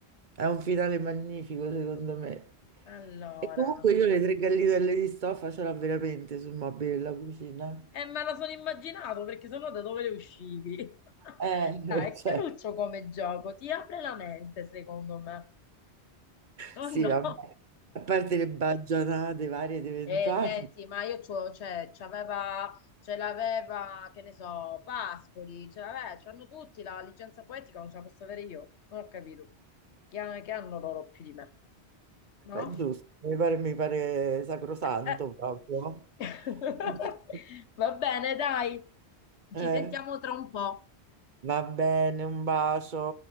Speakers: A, on the right (about 50°); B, on the left (about 80°).
A: È un finale magnifico, secondo me.
B: allora.
A: E comunque io le tre gallinelle di stoffa ce l'ho veramente sul mobile della cucina.
B: Eh, me la sono immaginato perché sennò da dove le uscivi? <laughs>
A: Eh,
B: Dai, è
A: <laughs> certo.
B: caruccio come gioco, ti apre la mente, secondo me. Oh
A: Sì,
B: no.
A: vabbè. A parte le baggianate varie ed eventuali,
B: Eh, senti, ma io c'ho, cioè, c'aveva, ce l'aveva, che ne so, Pascoli, ce l'aveva, c'hanno tutti la licenza poetica, non ce la posso avere io, non ho capito. Che, ha- che hanno loro più di me, no?
A: ma è giusto, mi pare, mi pare sacrosanto
B: Eh, eh.
A: proprio.
B: <laughs>
A: È Giusto.
B: Va bene, dai,
A: Eh.
B: ci sentiamo tra un po'.
A: Va bene, un bacio.